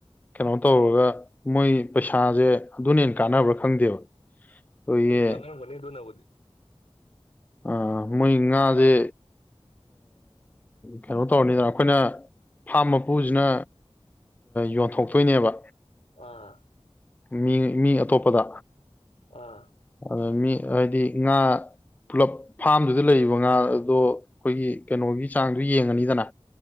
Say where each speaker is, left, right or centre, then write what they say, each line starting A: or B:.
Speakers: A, on the left; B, on the left.
A: ꯀꯩꯅꯣ ꯇꯧꯔꯒ ꯃꯣꯏ ꯄꯩꯁꯥꯁꯦ ꯑꯗꯨꯅꯦ ꯀꯥꯟꯅꯕ꯭ꯔꯥ ꯈꯪꯗꯦꯕ ꯑꯩꯈꯣꯏꯒꯤ
B: ꯑꯗꯨꯝ ꯀꯥꯟꯅꯔꯝꯒꯅꯤ ꯑꯗꯨꯅꯕꯨꯗꯤ
A: ꯑ ꯃꯣꯏ ꯉꯥꯁꯦ ꯀꯩꯅꯣ ꯇꯧꯔꯅꯤꯗꯅ ꯑꯩꯈꯣꯏꯅ ꯐꯥꯝ ꯃꯄꯨꯁꯤꯅ ꯌꯣꯟꯊꯣꯛꯇꯣꯏꯅꯦꯕ
B: ꯑꯥ
A: ꯃꯤ ꯃꯤ ꯑꯇꯣꯞꯄꯗ
B: ꯑꯥ
A: <unintelligible> ꯃꯤ ꯍꯥꯏꯗꯤ ꯉꯥ ꯄꯨꯂꯞ ꯐꯥꯝꯗꯨꯗ ꯂꯩꯔꯤꯕ ꯉꯥꯗꯣ ꯑꯩꯈꯣꯏꯒꯤ ꯀꯩꯅꯣꯒꯤ ꯆꯥꯡꯗꯣ ꯌꯦꯡꯉꯅꯤꯗꯅ